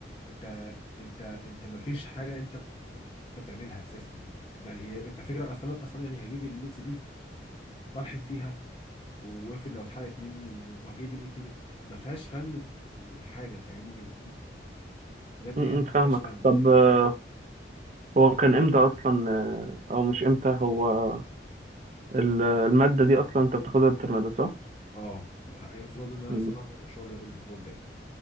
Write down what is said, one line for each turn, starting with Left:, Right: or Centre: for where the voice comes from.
Left: انت انت انت ما فيش حاجه انت انت بتعملها اساسا يعني هي انت فكره اصلا اصلا يعني هجيب اللبس دي والحن فيها وافرض لو اتحرقت مني وهجيب الاي تي ما فيهاش فن حاجه فاهمني بجد
Right: امم
Left: هي ما
Right: فاهمك
Left: فيهاش فن
Right: طب
Left: فاهمني
Right: آه هو كان امتى اصلا آه، او مش امتى هو ال- المادة دي أصلا أنت بتاخدها الترم ده صح؟
Left: اه المفروض ان انا
Right: مم.
Left: هسلم المشروع الاسبوع الجاي